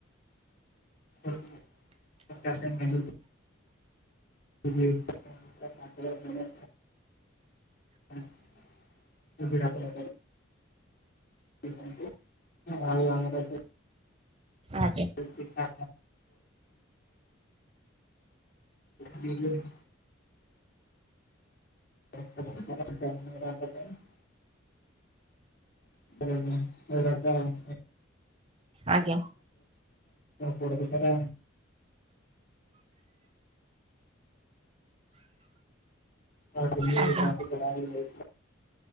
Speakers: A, on the left; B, on the right.
A: <inaudible> <inaudible> ହଁ <inaudible> <inaudible>
B: ଆଜ୍ଞା
A: ପୋଡ଼ପିଠା <inaudible> <inaudible> <inaudible>
B: ଆଜ୍ଞା।
A: ପୋଡ଼ପିଠା ଟା <unintelligible>
B: ଆଜ୍ଞା